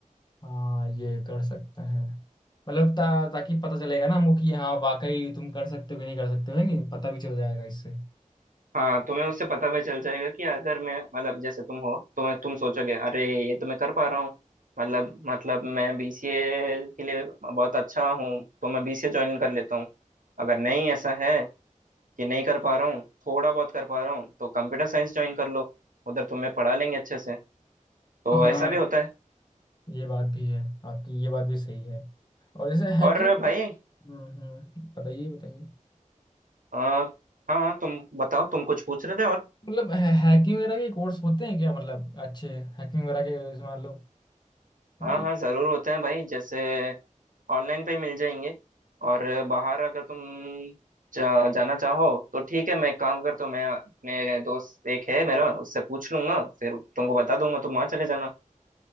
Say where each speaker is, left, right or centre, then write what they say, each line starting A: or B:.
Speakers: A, on the left (about 30°); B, on the right (about 75°).
A: हाँ ये कर सकते हैं मतलब ता, ताकि पता चलेगा ना हमको कि हाँ वाकई तुम कर सकते हो कि नहीं कर सकते हो है नहीं पता भी चल जाएगा इससे
B: हाँ तुम्हें उससे पता भी चल जाएगा कि अगर मैं मतलब जैसे तुम हो तो मैं तुम सोचोगे अरे ये तो मैं कर पा रहा हूँ मतलब मतलब मैं बीसीए के लिए बहुत अच्छा हूँ तो मैं बीसीए ज्वाइन कर लेता हूँ अगर नहीं ऐसा है कि नहीं कर पा रहा हूँ थोड़ा बहुत कर पा रहा हूँ तो कंप्यूटर साइंस ज्वाइन कर लो उधर तुम्हें पढ़ा लेंगे अच्छे से तो
A: हाँ
B: ऐसा भी होता है
A: ये बात भी है आपकी ये बात भी सही है और जैसे
B: और
A: हैकिंग
B: भाई
A: हम्म हम्म बताइए बताइए
B: आ, हाँ हाँ तुम बताओ तुम कुछ पूछ रहे थे और
A: मतलब हैकिंग वगैरह के कोर्स होते हैं क्या मतलब अच्छे हैकिंग वगैरह के जैसे मान लो
B: हाँ
A: ये
B: हाँ जरूर होते हैं भाई जैसे ऑनलाइन पे ही मिल जाएंगे और बाहर अगर तुम जा, जाना चाहो तो ठीक है मैं एक काम करता हूँ मैं अपने दोस्त एक है मेरा उससे पूछ लूंगा फिर तुमको बता दूंगा तुम वहाँ चले जाना